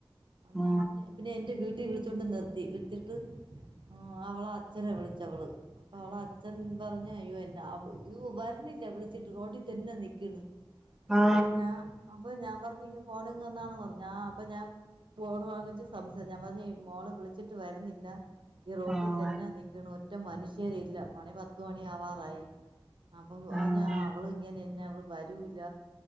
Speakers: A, on the right (about 65°); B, in the centre.
A: ആഹ്
B: ആ
A: ഞാൻ പറഞ്ഞ്, പിന്നെ എന്റെ വീട്ടിൽ വിളിച്ചോണ്ട് നിർത്തി. നിർത്തിട്ട് ആഹ് അവള അച്ഛനെ വിളിച്ചവള്. അപ്പോ അവളെ അച്ഛൻ പറഞ്ഞ് അയ്യോ എന്റെ യ്യോ വരണില്ല വിളിച്ചിട്ട്. റോട്ടി തന്നെ നിക്കണ്.
B: ആ
A: അപ്പ ഞാൻ അപ്പ ഞാൻ പറഞ്ഞ് ഇങ്ങ് ഫോണിങ്ങ് തന്നാണ്ന്ന് പറഞ്ഞ്. അപ്പോ ഞാൻ ഫോണ് വാങ്ങിച്ചു സംസാ, ഞാൻ പറഞ്ഞു മോള് വിളിച്ചിട്ട് വരുന്നില്ല ഈ റോട്ടി
B: ആ ആ
A: തന്നാ നിക്ക്ണ്. ഒറ്റ മനുഷ്യരില്ല. മണി പത്ത് മണി ആവാറായി. അപ്പോ
B: ആഹ്
A: ഓഞ്ഞ അവള് ഇങ്ങനെന്നെ അവള് വരൂല